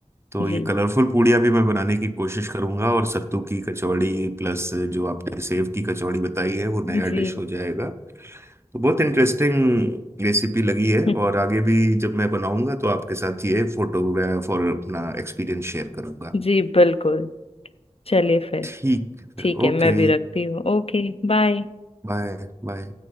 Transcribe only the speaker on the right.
तो
ये कलरफुल पूड़ियाँ भी मैं बनाने की कोशिश करूंगा और सत्तू की कचौड़ी प्लस जो आपने सेव की कचौड़ी बताई है वो नया
डिश हो जाएगा तो बहुत इंटरेस्टिंग रेसिपी लगी है
और आगे भी जब मैं बनाऊंगा तो आपके साथ ये फोटोग्राफ और अपना एक्सपीरियंस शेयर करूंगा
ठीक
है
ओके
बाय बाय